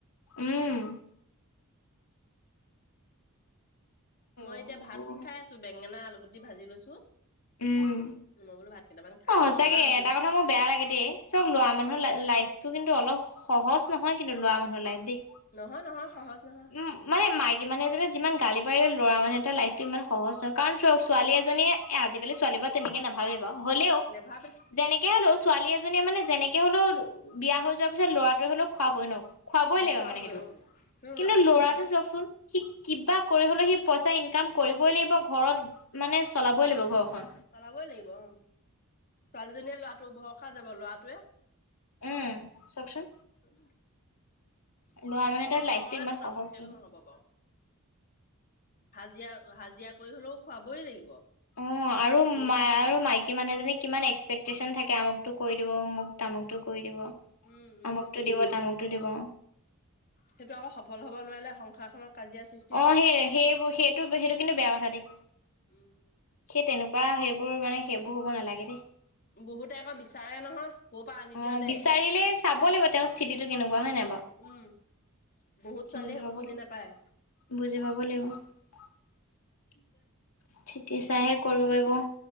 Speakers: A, on the left; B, on the left.
A: উম
B: মই
A: অ এইবোৰ
B: এতিয়া ভাত খাই আছো বেঙেনা আলুগুটি ভাজি লৈছো
A: উম
B: মই বোলো ভাত কেইটামান খাই
A: অ সচাকে
B: লওঁ ইমান ভোক
A: এটা কথা মোৰ বেয়া লাগে দেই চব লোৱা মানুহৰ লাইফটো কিন্তু অলপ সহজ নহয় কিন্তু লোৱা মানুহ লাইফ দেই
B: নহয় নহয় সহজ নহয়
A: উম মানে মায়ে মান আ যিমান গালি পাৰি ল'ৰা মানুহ এটা লাইফতো ইমান সহজ নহয় কাৰণ চ ছালী এজনীয়ে এ আজিকালি ছোৱালী বা তেনেকে নাভাবে হলেও
B: নেভাবে।
A: যেনেকে হ'লও ছোৱালী এজনীয়ে মানে যেনেকে হলেও বিয়া হৈ যোৱাৰ পিছত ল'ৰাটোৱে হলেও খোৱোৱাাবই ন খুৱাবই
B: অ
A: লাগিব মানে সেইটো
B: অ
A: কিন্তু
B: ল'ৰাটোক
A: লৰাটো
B: কোনে খুৱাব
A: চাওকচোন সি কিবা কৰি হলেও সি পইচা ইনকাম কৰিবই লাগিব ঘৰত মানে চলাবই লাগিব ঘৰখন
B: চলাবই লাগিব ছোৱালীজনীয়ে লৰাটো ভৰসা যাব লৰাটোৱে
A: উম চাওকচোন
B: উ
A: ল'ৰা মানুহ
B: কষ্ট
A: এটাৰ লাইফটো
B: হয়
A: ইমান
B: তোৰ
A: সহজ
B: আকৌ কেলে
A: নহয়
B: নহব বাৰু হাজিৰা হাজিৰা কৰি হলেও খোৱাবই লাগিব
A: অ আৰু
B: শিল
A: মাই
B: ভাঙি
A: আৰু মাইকী মানুহ এজনী কিমান এক্সপেক্টেশচন থাকে আমুকতটো কৰি দিব মোক তামুকটো কৰি দিব
B: উম উম
A: আমুকতটো দিব তামুক দিব
B: সেইটো আকৌ সফল হব নোৱাৰিলে সংসাৰখনত কাজিয়াৰ সৃষ্টি
A: অ
B: হয়
A: সেই সেইবোৰ সেইটো সেইটো কিন্তু বেয়া কথা দেই
B: উম
A: সেই তেনেকুৱা কোৱা সেইবোৰ মানে সেইবোৰ হ'ব নালাগে দেই
B: বহুতে আকৌ বিচাৰে নহয় ক'ৰ পৰা আনি
A: অ
B: দিয় দে
A: বিচাৰিলে চাব লাগিব তেওঁৰ স্থিতিটো কেনেকুৱা হয় নাই বাৰু
B: উম বহুত ছোৱালীয়ে
A: বুজি
B: সেইবোৰ
A: পাব ল
B: নাপায়
A: বুজি পাব লাগিব
B: ল
A: স্থিতি চাইহে কৰিব পাৰিব